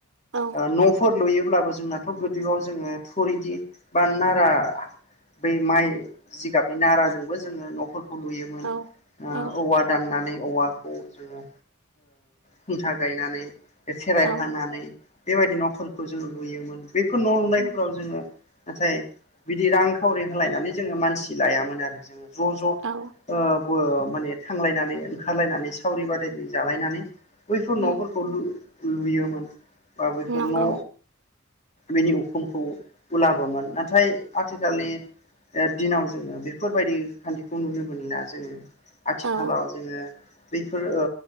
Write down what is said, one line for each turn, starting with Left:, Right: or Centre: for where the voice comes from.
Right: औ
Left: ओ न'फोर लुयोब्लाबो जोंनाथ' गोदोआव जोङो थुरिनि बा नारा बै माइ जिगाबनि नाराजोंबो जोङो न'फोर लुयोमोन
Right: औ
Left: ओ
Right: औ
Left: औवा दाननानै औवा खौ जोङो खुन्था गायनानै खेराय
Right: औ
Left: खानानै बेबायदि न'फोरखौ जोङो लुयोमोन बैफोर न' लुनायफोराव
Right: उम
Left: जोङो नाथाय बिदि रांखावरि होलायनानै जोङो मानसि लायामोन आरो जोङो ज' ज'
Right: औ
Left: ओ बो माने थांलायनानै ओंखारलायनानै सावरि बादालि जालायनानै बैफोर न'फोरखौ
Right: उम
Left: लु लुयोमोन बा बैफोर
Right: नंगौ
Left: न' बिनि उखुमखौ उलाबोमोन नाथाय आथिखालनि ओ दिनाव जोङो बेफोरबायदि खान्थिखौ नुनो मोनला जोङो आथिखालाव
Right: औ
Left: जोङो बेफोर ओ